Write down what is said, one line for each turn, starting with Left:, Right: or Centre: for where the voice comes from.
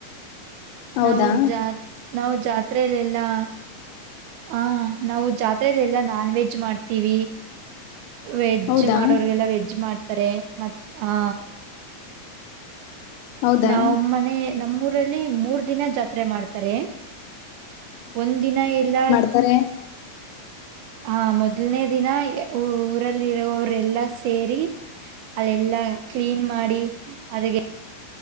Left: ಹೌದಾ
Right: ನಾವು ಜಾತ್ ನಾವು ಜಾತ್ರಲೆಲ್ಲಾ ಹ ನಾವು ಜಾತ್ರರೆಲ್ಲ ಎಲ್ಲಾ ನಾನ್ ವೆಜ್ ಮಾಡ್ತೀವಿ ವೆಜ್ಜ್
Left: ಹೌದಾ
Right: ಮಾಡೋರ್ಗೆಲ್ಲ ವೆಜ್ ಮಾಡ್ತಾರೆ ಮ ಹ
Left: ಹೌದಾ
Right: ನಾವ್ ಮನೆ ನಮ್ಮೂಊರಲ್ಲಿ ಮೂರ್ ದಿನ ಜಾತ್ರೆ ಮಾಡ್ತಾರೆ ಒಂದ್ ದಿನ ಎಲ್ಲಾ
Left: ಅ
Right: ಹ ಮೊದಲನೇ ದಿನ ಊರಲ್ಲಿ ಇರೋವರೆಲ್ಲಾ ಸೇರಿ ಅಲ್ಲೆಲ್ಲಾ ಕ್ಲೀನ್ ಮಾಡಿ ಅದಕ್ಕೆ